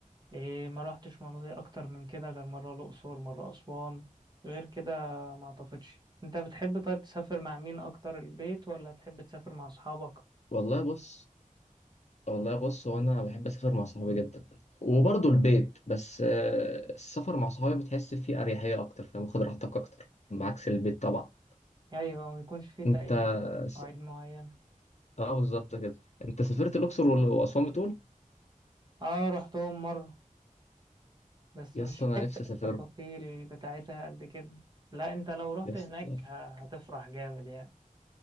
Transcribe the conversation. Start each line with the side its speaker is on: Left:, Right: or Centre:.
Right: إيه ما روحتش مناطق اكتر من كده غير مرة الاقصر مرة اسوان غير كده ما اعتقدش انت بتحب طيب تسافر مع مين اكتر البيت ولا تحب تسافر مع اصحابك
Left: والله بص والله بص هو أنا بحب أسافر مع صحابي جدا وبرضه البيت بس آه، السفر مع صحابي بتحس فيه أريحية أكتر فاهم واخد راحتك أكتر بعكس البيت طبعا
Right: ايوه ما يكونش فيه تأييد
Left: أنت س...
Right: مواعيد معينة
Left: أه بالظبط كده أنت سافرت الأقصر وال- وأسوان بتقول؟
Right: اه رحتهم مرة بس
Left: يا
Right: مش
Left: اسطى أنا
Right: فاكر
Left: نفسي أسافر
Right: التفاصيل بتاعتها قد كده لا انت لو رحت
Left: يا اسطى
Right: هناك ه- هتفرح جامد يعني